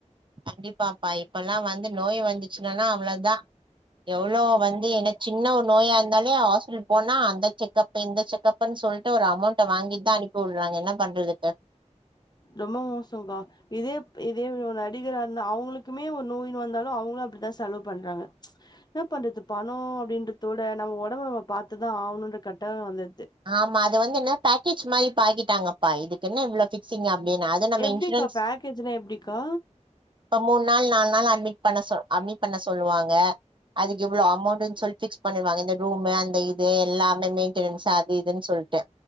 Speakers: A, on the right; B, on the left.
A: கண்டிப்பாப்பா இப்பல்லா வந்து நோய் வந்துச்சுனான்னா அவ்ளோதா எவ்ளோ வந்து என்ன சின்ன ஒரு நோயாருந்தாலே ஹாஸ்பிடில் போனா அந்த செக்கப்பு இந்த செக்கப்புன் சொல்ட்டு ஒரு அமௌண்ட வாங்கிட் தா அனுப்பி வுட்றாங்க என்ன பண்றதுக்கு
B: ரொம்போ மோசம்கா இதே ப் இதே ஒர் நடிகரா இர்ந்தா அவுங்களுக்குமே ஒரு நோயின்னு வந்தாலு அவுங்களு அப்பிடித்தா செலவு பண்றாங்க என்ன பண்றது பணோ அப்டின்றதோட நம்ம ஒடம்ப நம்ம பாத்துதா ஆவுணு ன்ற கட்டாயோ வந்து
A: ஆமா அது வந்து என்ன பேக்கேஜ் மாரி இப்ப ஆக்கிட்டாங்க பா இதுக்குன்னு இவ்ளோ ஃபிக்சிங்கு அ அப்டின் அது நம்ப
B: எப்டிக்கா
A: இன்சூரன்ஸ்
B: பேக்கேஜ்னா எப்டிக்கா
A: இப்ப மூண் நாள் நால் நாள் அட்மிட் பண்ண சொ அட்மிட் பண்ண சொல்லுவாங்க அதுக்கு இவ்ளோ அமௌண்டுன் சொல் ஃபிக்ஸ் பண்ணிருவாங்க இந்த ரூமு அந்த இது எல்லாமே மெயின்டனன்ஸு அ இதுன் சொல்ட்டு